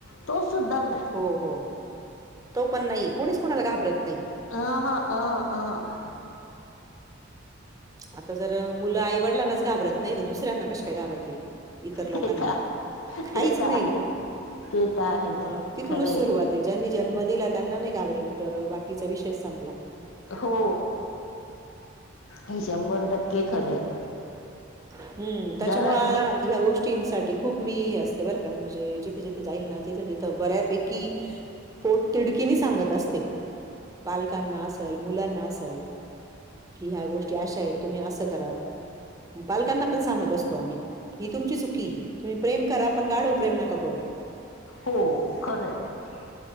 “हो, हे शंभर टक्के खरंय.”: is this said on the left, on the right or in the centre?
Left